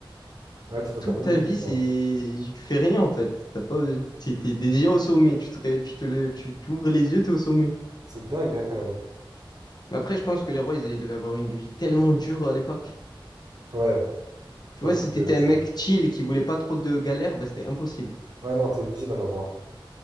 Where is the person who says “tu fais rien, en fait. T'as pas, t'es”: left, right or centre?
Left